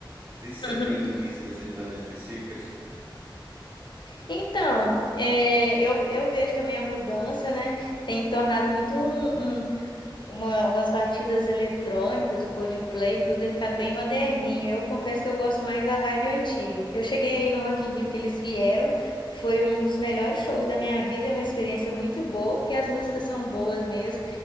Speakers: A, on the right (about 25°); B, on the left (about 65°).
A: sei se
B: <laughs>
A: você tem isso com essas bandas específicas.
B: Então, é, eu, eu vejo também a mudança, né? Tem tornado muito um, um- uma- umas batidas eletrônicas, o Coldplay, tudo tem ficado bem moderninho. Eu confesso que eu gosto mais da vibe antiga. Eu cheguei aí no Rock in Rio que eles vieram, foi um dos melhores shows da minha vida, é uma experiência muito boa, porque as músicas são boas mesmo.